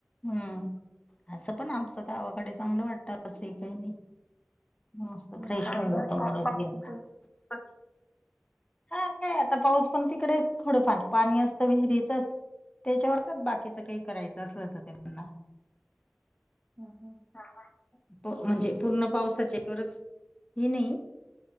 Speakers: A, on the left; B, on the right.
A: हम्म असं पण आमचं गावाकडे चांगलं वाटत असही काही नाही. मस्त
B: हां
A: फ्रेश
B: ना,
A: प
B: पण
A: ज
B: पावसाळ्यात
A: <inaudible>
B: खूपच
A: हा काय आता पाऊस पण तिकडे थोडंफार पाणी असतं विहिरीच त्याच्यावरच बाकीच काही करायचं असल तर त्यांना
B: हां, हां.
A: <unintelligible> तो म्हणजे पूर्ण पावसाच्यावरच हे नाही